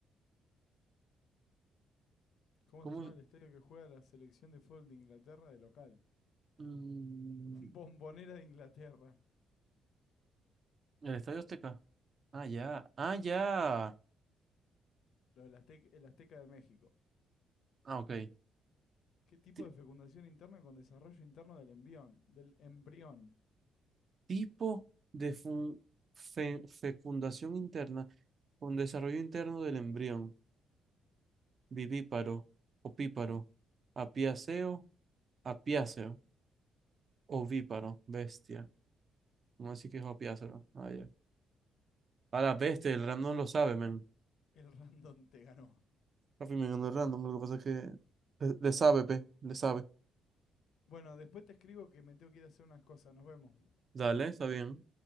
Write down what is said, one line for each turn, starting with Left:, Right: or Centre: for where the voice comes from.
Left: ¿Cómo
Right: ¿Cómo?
Left: se llama
Right: es?
Left: el estadio que juega la selección de fútbol de Inglaterra de local?
Right: Mm,
Left: <laughs> Bombonera de Inglaterra.
Right: ¿el Estadio Azteca? Ah, ya. Ah, ya.
Left: Lo del Aztec- el Azteca de México.
Right: Ah, ok.
Left: ¿Qué tipo
Right: Ti-
Left: de fecundación interna con desarrollo interno del embrión? Del embrión.
Right: tipo de fun- fe- fecundación interna con desarrollo interno del embrión, vivíparo, opíparo, apiáceo, apiáceo, ovíparo, bestia. No así que es apiáceo. Ah, ya. A la bestia, el random lo sabe, men.
Left: El random te ganó.
Right: Papi, me ganó el random, lo que pasa es que le, le sabe, pe, le sabe.
Left: Bueno, después te escribo que me tengo que ir a hacer unas cosas. Nos vemos.
Right: Dale, está bien.